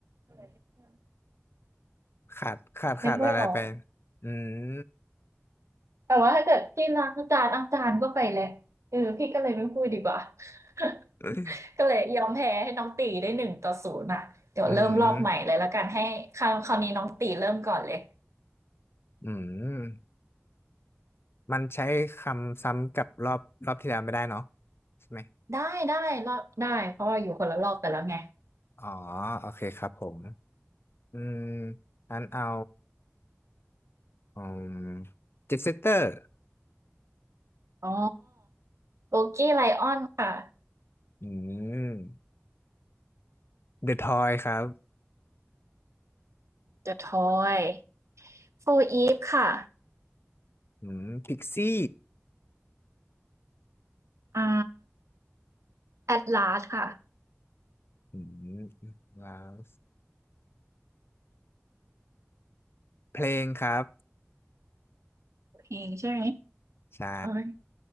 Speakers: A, on the right (about 80°); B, on the left (about 55°).
A: ก็เลยนึ
B: ขาดขาดขาดอะไรไป
A: กไม่ออก
B: อืม
A: แต่ว่าถ้าเกิดพี่ล้างจานอาจารย์ก็ไปแหละเออพี่ก็เลยไม่พูดดีกว่า <laughs>
B: อ
A: ก็เลยยอมแพ้ให้น้องตีได้หนึ่งต่อศูนย์อ่ะเดี๋ยวเริ่มรอบใหม่เลยแล้วกันให้คราวคราวนี้น้องตีเริ่มก่อนเลย
B: ืม อืม มันใช้คำซ้ำกับรอบรอบที่แล้วไม่ได้เนาะใช่ไหม
A: ได้ได้รอบได้เพราะว่าอยู่คนละรอบกันแล้วไง
B: อ๋อโอเคครับผม อืมอันเอา อืมเจ็ตเซตเตอร์
A: อ๋อโบกี้ไลออนค่ะ
B: อืมเดอะทอยครับ
A: The Toy โฟูอีฟค่ะ
B: อืมพิกซี่
A: อ่า a อด a s สค่ะ
B: อืมว้าวเพลงครับ
A: เพลงใช่ไหม
B: ใช่
A: เอ้ย